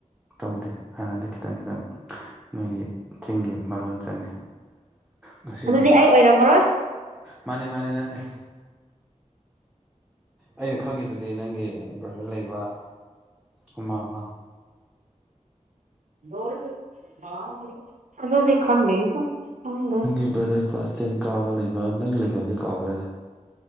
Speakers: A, in the centre; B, on the right (about 75°).
A: ꯇꯧꯗꯦ ꯍꯥꯟꯅꯗꯤ ꯈꯤꯇꯪ ꯈꯤꯇꯪ ꯅꯣꯏꯒꯤ ꯆꯤꯡꯒꯤ ꯃꯔꯣꯟ ꯆꯪꯉꯦ ꯉꯁꯤꯗꯤ
B: ꯑꯗꯨꯗꯤ ꯑꯩ ꯑꯣꯏꯔꯝꯃꯔꯣꯏ
A: ꯃꯥꯅꯦ ꯃꯥꯅꯦ ꯅꯪꯅꯦ ꯑꯩꯅ ꯈꯪꯉꯤꯗꯨꯗꯤ ꯅꯪꯒꯤ ꯕ꯭ꯔꯗꯔ ꯂꯩꯕ ꯑꯃ ꯃꯥ
B: <unintelligible> ꯑꯗꯨꯗꯤ ꯈꯪꯗꯦꯕꯣ ꯈꯪꯗꯔꯦ
A: ꯕꯗ꯭ꯔ ꯀ꯭ꯂꯥꯁ ꯇꯦꯟ ꯀꯥꯕ ꯂꯩꯕ ꯅꯪꯒꯤ ꯂꯩꯐꯝꯗꯤ ꯀꯥꯎꯈ꯭ꯔꯦꯗ